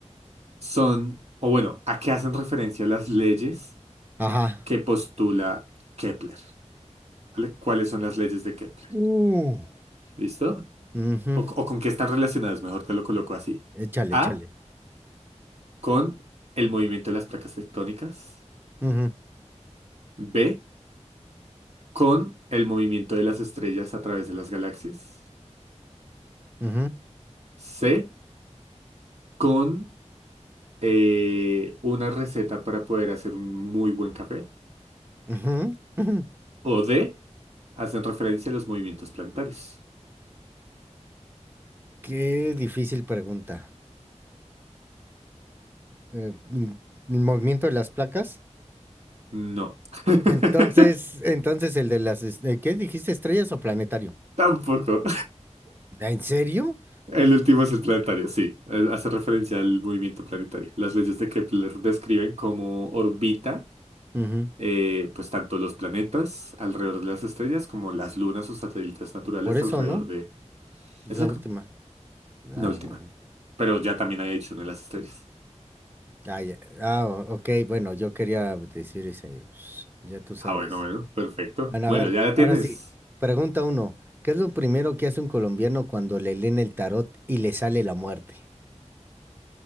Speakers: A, on the right; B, on the right.
A: son, o bueno, a qué hacen referencia las leyes
B: Ajá.
A: que postula Kepler, ¿vale? ¿Cuáles son las leyes de Kepler?
B: Uh.
A: ¿Listo?
B: Ujú.
A: O, o con qué están relacionadas, mejor te lo coloco así.
B: Échale,
A: A,
B: échale.
A: con el movimiento de las placas tectónicas.
B: Ujú,
A: B, con el movimiento de las estrellas a través de las galaxias.
B: ujú,
A: C, con eh, una receta para poder hacer un muy buen café.
B: ujú, ujú.
A: O D, hacen referencia a los movimientos planetarios.
B: Qué difícil pregunta. Eh, mm, ¿el movimiento de las placas?
A: No. <laughs>
B: Entonces, entonces el de las, es- eh, ¿qué dijiste? ¿Estrellas o planetario?
A: Tampoco.
B: ¿En serio?
A: El último es el planetario, sí. Eh, Hace referencia al movimiento planetario. Las leyes de Kepler describen cómo orbita,
B: Ujú.
A: eh, pues tanto los planetas alrededor de las estrellas como las lunas o satélites naturales
B: Por eso,
A: alrededor
B: ¿no?
A: de...
B: Es
A: Exacto,
B: la última. Ah,
A: la última.
B: bueno.
A: Pero ya también había hecho una de las estrellas.
B: Ah, ya- ah, o- ok, bueno, yo quería decir ese. Ya tú sabes.
A: Ah, bueno, bueno, perfecto.
B: Bueno,
A: Bueno,
B: a ver,
A: ya la
B: ahora
A: tienes.
B: sí. Pregunta uno. ¿Qué es lo primero que hace un colombiano cuando le leen el tarot y le sale la muerte?